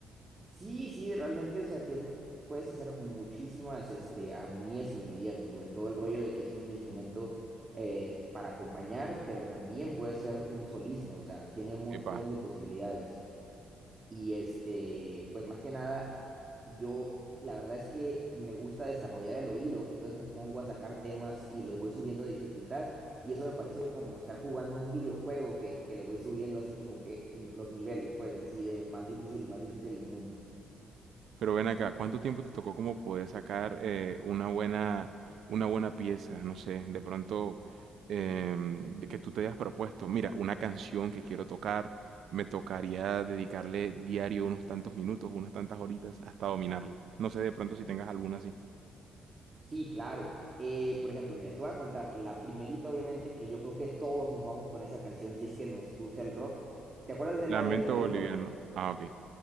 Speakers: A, on the right; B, on the right.
A: Sí, sí, realmente, o sea, tiene, puedes hacer muchísimas este, armonías y melodías, ¿no? Sobre todo el rollo de que es un instrumento eh, para acompañar, pero también puede ser un solista, o sea, tiene un montón
B: Epa,
A: de posibilidades. Y este, pues más que nada, yo la verdad es que me gusta desarrollar el oído, entonces me pongo a sacar temas y les voy subiendo dificultad. Y eso me parece como estar jugando un videojuego que, que le voy subiendo así como que en los niveles, pues así de más difícil y más difícil el mundo.
B: Pero ven acá, ¿cuánto tiempo te tocó como poder sacar eh, una buena, una buena pieza? No sé, de pronto em,
A: Ujú.
B: de que tú te hayas propuesto, mira, una canción que quiero tocar, me tocaría dedicarle diario unos tantos minutos, unas tantas horitas hasta dominarla. No sé de pronto si tengas alguna así.
A: Sí, claro. Eh, por ejemplo, mira, te voy a contar la primerita, obviamente, que yo creo que todos nos vamos con esa canción si es que nos gusta el rock. ¿Te acuerdas de
B: Lamento
A: la de Hotel California?
B: boliviano. Ah, ok.